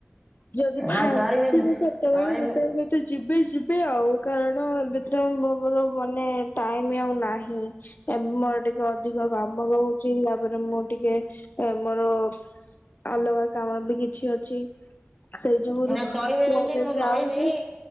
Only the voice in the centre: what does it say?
ନା
କହିବେ
କହିବେ
ନା
କହିବେ ଯଦି
ମୁଁ ରହିବି